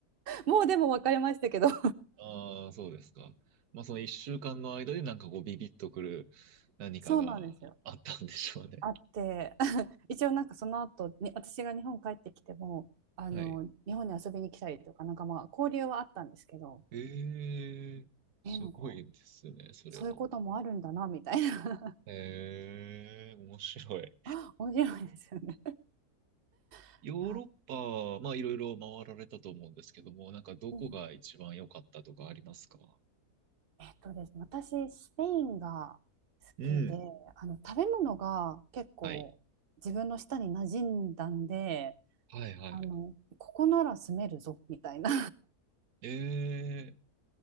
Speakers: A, on the right (about 45°); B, on the right (about 80°).
A: もうでも別れましたけど。<laughs>
B: ああ、そうですか。まあ、その一週間の間でなんかこうビビッとくる何かがあったんでしょうね。
A: そうなんですよ。あって、<laughs> 一応なんかその後に私が日本帰ってきても、あの、
B: <laughs> はい。
A: 日本に遊びに来たりとか、なんかまあ交流はあったんですけど、
B: ええ、すごいですね、
A: え、なんか
B: それは。
A: そういうこともあるんだな、みたいな。
B: ええ、面白い。
A: <laughs> 面白いですよね。<laughs>
B: ヨーロッパ、
A: あ、
B: まあいろいろ回られたと思うんですけども、なんかどこが一番良かったとかありますか
A: うんえっとですね、私、スペインが好きで、
B: うん。
A: あの、食べ物が結構自分の舌に馴染んだんで、
B: はい。はいはい。
A: あの、ここなら住めるぞ、みたいな。
B: え